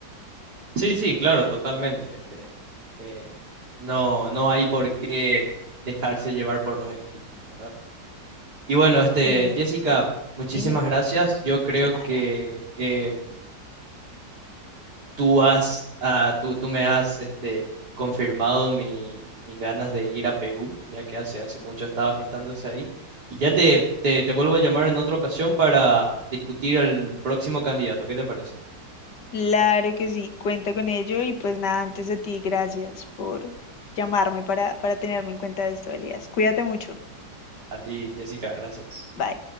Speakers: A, on the right; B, on the left.
A: Sí, sí, claro, totalmente. Este, eh, no, no hay por qué dejarse llevar por los estigmas, ¿verdad? Y bueno, este,
B: sin duda.
A: Jessica, muchísimas
B: Dime,
A: gracias. Yo creo
B: claro.
A: que em, tú has, ah, tú, tú me has este, confirmado mi- mis ganas de ir a Perú, ya que hace, hace mucho estaba gestándose ahí. Y ya te, te, te vuelvo a llamar en otra ocasión para discutir al próximo candidato. ¿Qué te parece?
B: Claro que sí, cuenta con ello y pues nada, antes a ti, gracias por llamarme para, para tenerme en cuenta de esto, Elías. Cuídate mucho.
A: A ti, Jessica, gracias.
B: Bye.